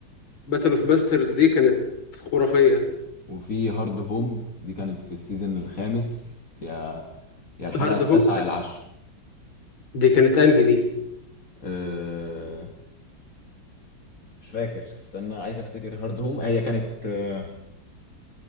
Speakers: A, on the left (about 80°); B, on the left (about 45°).
A: باتل اوف باسترز دي كانت خرافية
B: وفي هارد هوم دي كانت في السيزون الخامس يا يا الحلقه
A: وهارد
B: التاسعه
A: هوم بتاع-
B: يا العاشره
A: دي كانت انهي دي
B: آه مش فاكر استنى عايز افتكر هارد هوم هي كانت آه